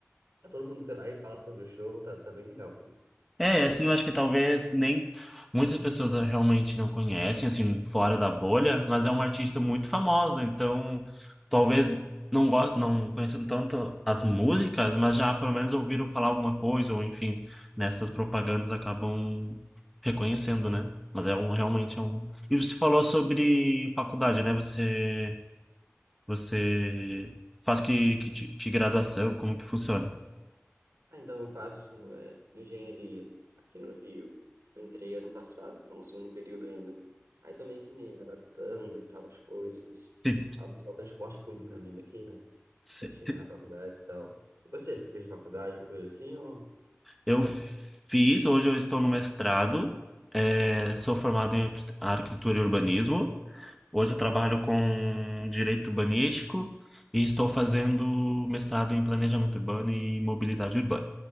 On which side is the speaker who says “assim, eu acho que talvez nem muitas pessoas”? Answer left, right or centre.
Centre